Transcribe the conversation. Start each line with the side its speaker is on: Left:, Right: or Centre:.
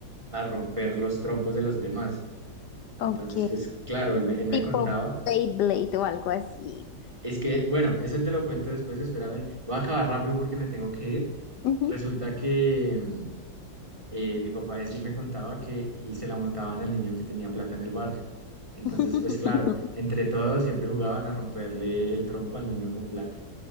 Right: a romper los trompos de los demás. Entonces,
Left: Ok.
Right: pues claro, él me, él me
Left: Tipo
Right: contaba.
Left: Beyblade o algo así.
Right: Es que, bueno, eso te lo cuento después, espérame. Voy a acabar rápido porque me tengo que ir.
Left: Ujú.
Right: Resulta que mm, eh, mi papá decí- me contaba que se la montaban al niño que tenía plata en el barrio. Entonces,
Left: <laughs>
Right: pues claro, entre todos siempre jugaban a romperle el trompo al niño con plata.